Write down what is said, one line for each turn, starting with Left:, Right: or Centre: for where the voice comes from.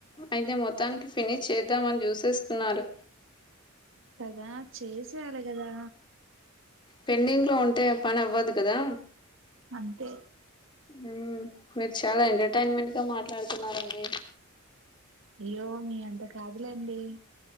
Left: అయితే మొత్తానికి ఫినిష్ చేద్దామని చూసేస్తున్నారు
Right: కదా చేసేయాలె కదా
Left: పెండింగ్ లో ఉంటే పనవ్వదు కదా
Right: అంతే
Left: హు మీరు చాలా ఎంటర్టైన్మెంట్ గా మాట్లాడుతున్నారండి
Right: అయ్యో మీ అంత కాదులేండి